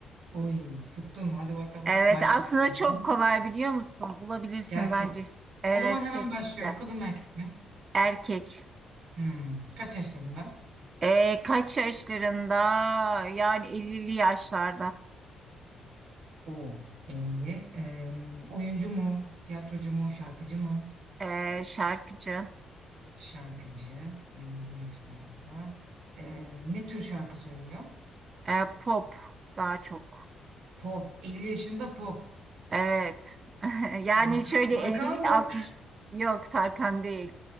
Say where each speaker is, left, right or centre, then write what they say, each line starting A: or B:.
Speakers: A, on the right (about 75°); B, on the right (about 35°).
A: Oy tuttun. Hadi bakalım.
B: Evet
A: Başlayalım.
B: aslında çok kolay biliyor musun? Bulabilirsin
A: Gerçek.
B: bence. Evet
A: O zaman hemen
B: kesinlikle.
A: başlıyorum. Kadın mı erkek mi?
B: Erkek.
A: Hmm. Kaç yaşlarında?
B: E, kaç yaşlarında? Yani 50'li yaşlarda.
A: Oo. 50. Em, oyuncu mu? Tiyatrocu mu? Şarkıcı mı?
B: E, şarkıcı.
A: Şarkıcı. 50 yaşlarda. Ee, ne tür şarkı söylüyor?
B: E, pop daha çok.
A: Pop. 50 yaşında pop.
B: Evet. <laughs> Yani
A: Tarkan,
B: şöyle
A: Tarkan
B: 50'li
A: mı?
B: altmış yok Tarkan değil.